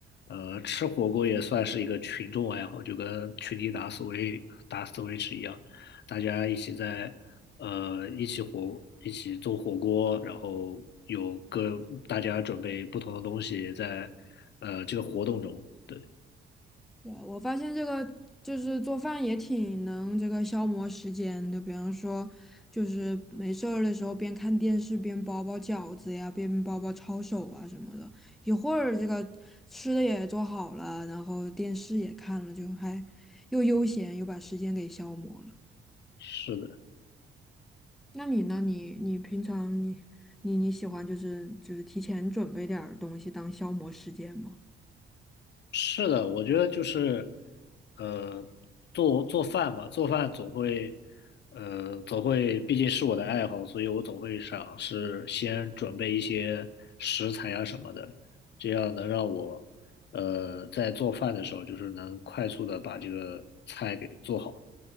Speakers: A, on the left; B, in the centre.
A: 呃，吃火锅也算是一个群众爱好，就跟群里打 Switch 打 Switch 一样，大家一起在呃一起火一起做火锅，然后有各大家准备不同的东西在呃这个活动中，对，
B: 对，我发现这个就是做饭也挺能这个消磨时间的，比方说就是没事儿的时候边看电视边包包饺子呀，边包包抄手啊什么的，一会儿这个吃的也做好了，然后电视也看了，就还又悠闲又把时间给消磨了。
A: 是的。
B: 那你呢？你你平常你你你喜欢就是就是提前准备点儿东西当消磨时间吗？
A: 是的，我觉得就是，呃，做做饭吧，做饭总会，呃，总会，毕竟是我的爱好，所以我总会想是先准备一些食材啊什么的，这样能让我，呃，在做饭的时候就是能快速的把这个菜给做好。